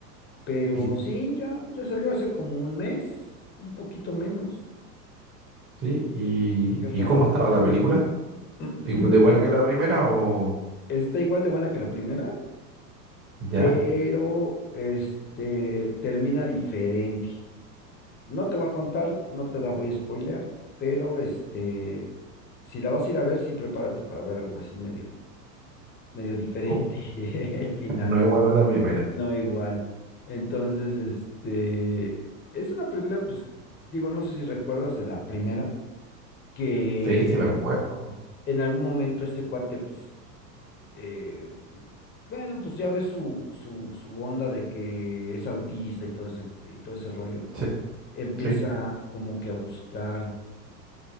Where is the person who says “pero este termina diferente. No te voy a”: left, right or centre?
Left